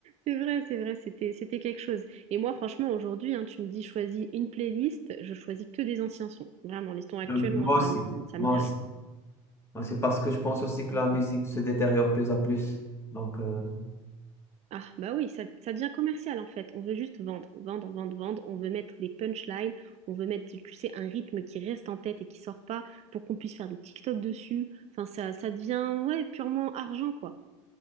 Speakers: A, on the right (about 45°); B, on the left (about 15°).
A: C'est vrai, c'est vrai, c'était, c'était quelque chose. Et moi, franchement, aujourd'hui, hein, tu me dis, choisis une playlist, je choisis que des anciens sons. Vraiment, les
B: <laughs>
A: sons actuels,
B: Je- Moi
A: moi, ça
B: aussi.
A: me, ça
B: Moi
A: me dit
B: aussi.
A: rien.
B: Moi, C'est parce que je pense aussi que
A: Mm,
B: la musique
A: mm.
B: se détériore plus à plus. Donc, euh,
A: Ah, bah oui, ça, ça devient commercial en fait. On veut juste vendre, vendre, vendre, vendre. On veut mettre des punchlines. On veut mettre, tu sais, un rythme qui reste en tête et qui sort pas pour qu'on puisse faire des TikTok dessus. Enfin, ça, ça devient, ouais, purement argent, quoi.